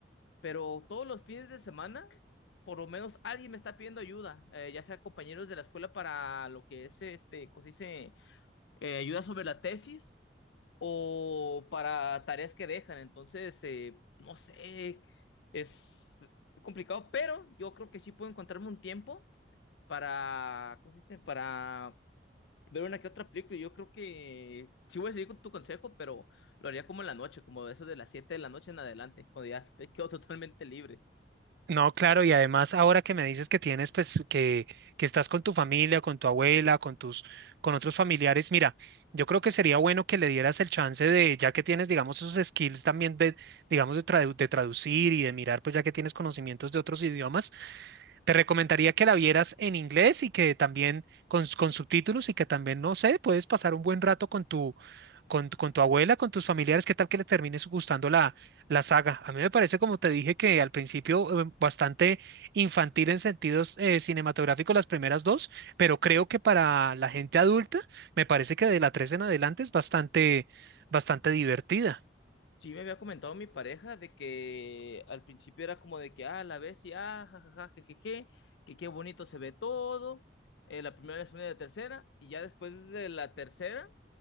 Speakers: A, on the left; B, on the right.
A: pero todos los fines de semana, por lo menos alguien me está pidiendo ayuda, eh, ya sea compañeros de la escuela para lo que es, este, ¿cómo se dice? eh, ayuda sobre la tesis o para tareas que dejan. Entonces, eh, no sé, es complicado, pero yo creo que sí puedo encontrarme un tiempo para, ¿cómo se dice? Para ver una que otra película. Yo creo que sí voy a seguir con tu consejo, pero lo haría como en la noche, como de eso de las 7 de la noche en adelante, cuando ya te quedo <laughs> totalmente libre.
B: No, claro, y además ahora que me dices que tienes, pues, que, que estás con tu familia, con tu abuela, con tus, con otros familiares, mira, yo creo que sería bueno que le dieras el chance de, ya que tienes, digamos, esos skills también de, digamos, de, tradu- de traducir y de mirar, pues, ya que tienes conocimientos de otros idiomas, Te recomendaría que la vieras en inglés y que también con, con subtítulos y que también, no sé, puedes pasar un buen rato con tu, con, tu- con tu abuela, con tus familiares, qué tal que le termines gustando la, la saga. A mí me parece, como te dije, que al principio eh, bastante infantil en sentidos eh, cinematográficos las primeras dos, pero creo que para la gente adulta me parece que de la tres en adelante es bastante, bastante divertida.
A: Sí, me había comentado mi pareja de que al principio era como de que, ah, la ves y, ah, jajaja, jejeje, que qué bonito se ve todo, eh, la primera, la segunda y la tercera, y ya después de la tercera